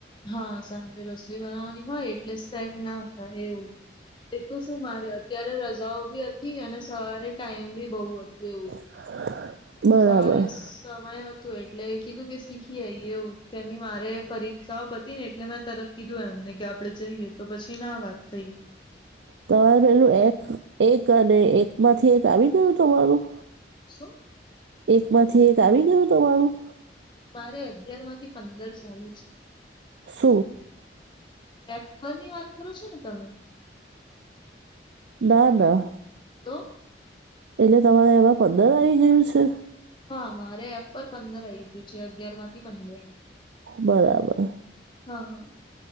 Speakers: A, on the left; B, on the right.
A: હા સાંજે રસોઈ બનાવવાની હોય એટલે સેટ ના થાય એવું. એ તો શું માર્યા. ત્યારે રજાઓ બી હતી અને સવારે ટાઈમ બી બહુ હતું એવું.
B: <unintelligible> બરાબર
A: સવારે સ સમય હતું એટલે કીધું કે શીખી આઈ એવું કેમ મારે પરીક્ષાઓ બ ને એટલે મેં તરત કીધું એમને કે આપણે જઈએ તો પછી ના વાત થઈ.
B: તમારે પેલું એક્સ એક અને એક માંથી એક આવી ગયું તમારું.
A: શું.
B: એક માંથી એક આવી ગયું તમારું.
A: મારે અગિયાર માંથી પંદર ચાલે છે.
B: શું.
A: પેપર ની વાત કરો છો ને તમે.
B: ના ના
A: તો
B: એટલે તમારે એમાં પંદર આવી ગયું છે.
A: હા મારે એપ પર પંદર આવીઈ ગયું છે અગિયાર માંથી પંદર.
B: બરાબર
A: હા હા